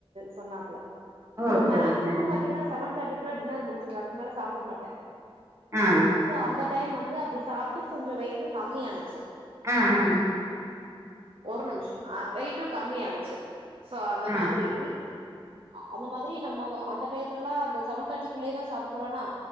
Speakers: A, on the right (about 70°); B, on the right (about 30°).
A: சொன்னாப்ல சோ
B: ஓகே
A: மேக்சிமம்
B: ஓகே
A: பாத்தீங்கன்னா செவன் தேட்டி டின்னர் முடிச்சு அதுக்கு மேல சாப்பிட மாட்டே
B: ஆ
A: சோ அந்த டைம் வந்து அப்படி சாப்ட்டு கொஞ்ச வெயிட்டு கம்மி ஆனுச்சு
B: ஆ ஆ
A: ஒரு நிமிஷ ஆ வெயிட்டு கம்மியானுச்சு சோ அந்த
B: ஆ
A: மாதிரி அந்த மாதிரி நம்ம அந்த டயத்துலாம் அந்த செவன் தேர்ட்டிக்குள்ளேயவே சாப்பிருவனா